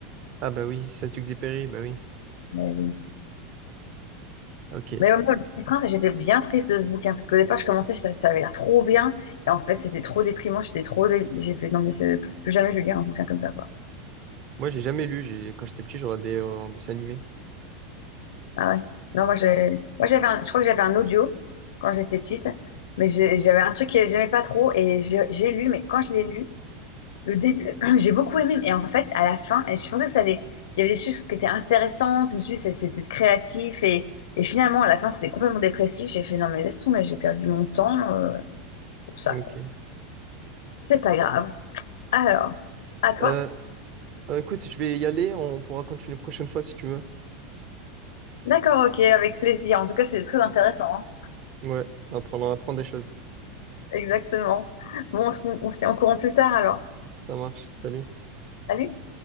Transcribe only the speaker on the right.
Ah bah oui, Saint-Exupéry, bah oui.
Ok.
Moi, j'ai jamais lu. J'ai quand j'étais petit, j'aurais des euh, en dessin animé.
Ok.
Euh, euh, écoute, je vais y aller. On pourra continuer prochaine fois si tu veux.
Ouais. On apprend, on apprend des choses.
Ça marche. Salut.